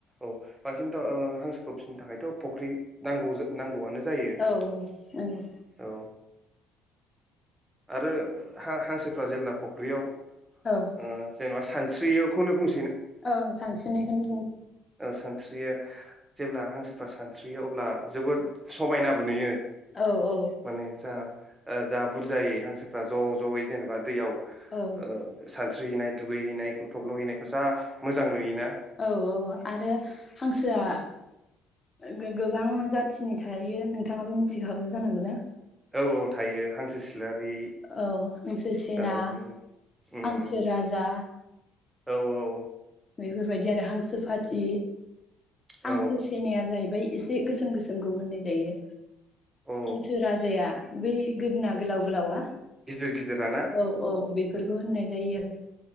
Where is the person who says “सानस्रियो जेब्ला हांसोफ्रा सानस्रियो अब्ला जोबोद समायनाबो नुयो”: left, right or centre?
Right